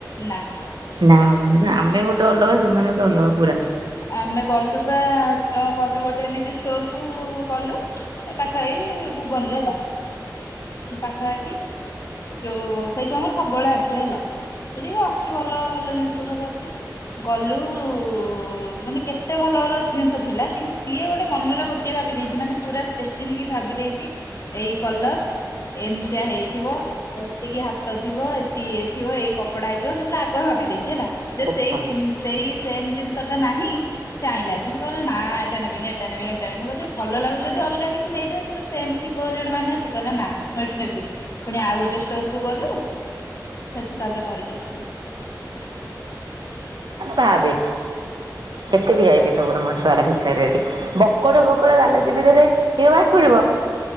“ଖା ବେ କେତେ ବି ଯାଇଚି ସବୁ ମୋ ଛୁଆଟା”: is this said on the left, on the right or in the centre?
Right